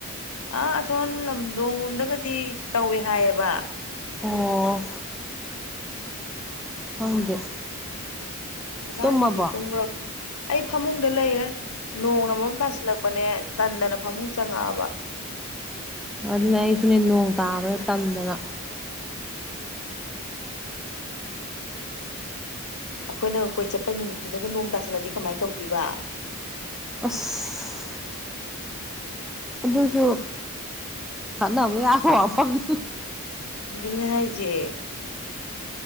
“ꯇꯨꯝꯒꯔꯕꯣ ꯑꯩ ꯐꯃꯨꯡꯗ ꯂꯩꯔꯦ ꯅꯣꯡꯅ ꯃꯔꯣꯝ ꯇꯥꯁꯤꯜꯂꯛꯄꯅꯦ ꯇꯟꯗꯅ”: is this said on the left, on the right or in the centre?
Left